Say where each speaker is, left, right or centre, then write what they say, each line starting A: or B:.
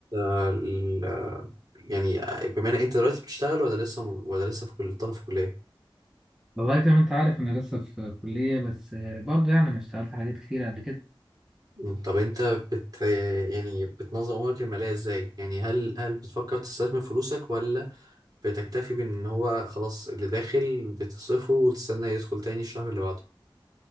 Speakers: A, on the right (about 45°); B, in the centre.
A: ال- يعني بما ان انت دلوقتي بتشتغل ولا لسه ولا لسه في كل طالب في كلية
B: والله زي ما انت عارف انا لسه في كلية بس آه، برضه يعني انا اشتغلت حاجات كتير قبل كده
A: مم. طب انت بت يعني بتنظم امورك المالية ازاي يعني هل هل بتفكر تستثمر فلوسك ولا بتكتفي بان هو خلاص اللي داخل بتصرفه وتستنى يدخل تاني الشهر اللي بعده